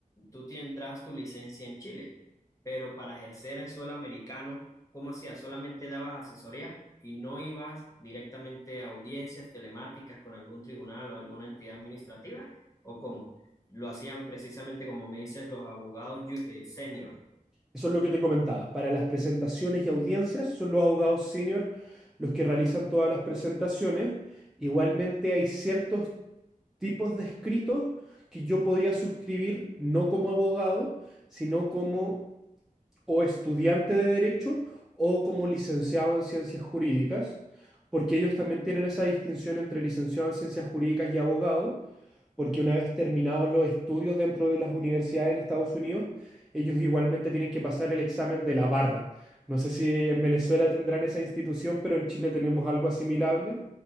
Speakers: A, on the left; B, in the centre.
A: tú tendrás tu licencia en Chile, pero para ejercer en suelo americano, ¿cómo hacías? ¿Solamente dabas asesoría y no ibas directamente a audiencias telemáticas con algún tribunal o alguna entidad administrativa? ¿O cómo? Lo hacían precisamente como me dices los abogados ju- eh, senior.
B: Eso es lo que te comentaba. Para las presentaciones y audiencias son los abogados senior los que realizan todas las presentaciones. Igualmente hay ciertos tipos de escritos que yo podía suscribir no como abogado, sino como o estudiante de derecho o como licenciado en ciencias jurídicas, porque ellos también tienen esa distinción entre licenciado en ciencias jurídicas y abogado, porque una vez terminados los estudios dentro de las universidades en Estados Unidos, ellos igualmente tienen que pasar el examen de la barra. No sé si en Venezuela tendrán esa institución, pero en Chile tenemos algo asimilable,